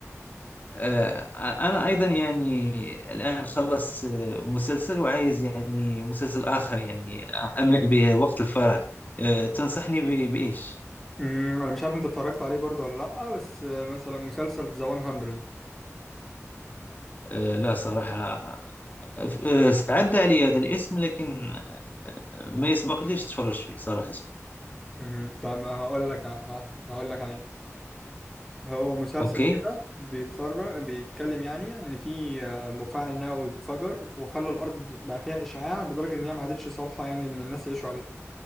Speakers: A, on the left; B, in the centre.
A: آه، أنا أيضا يعني الآن خلصت آه، مسلسل وعايز يعني مسلسل آخر يعني أملأ به وقت الفراغ آه، تنصحني ب- بإيش؟
B: امم انا مش عارف انت اتفرجت عليه برضه ولا لا بس آه، مثلا مسلسل ذا 100
A: آه، لا صراحة آه، عدى علي هذا الاسم لكن ما يسبق ليش تفرج فيه صراحة
B: امم طب هقول لك هقول لك عليه هو مسلسل
A: أوكي
B: كده بيتفرج بيتكلم يعني ان في آه، مفاعل نووي اتفجر وخلى الارض بقى فيها اشعاع لدرجه ان هي ما عادتش صالحه يعني ان الناس يعيشوا عليها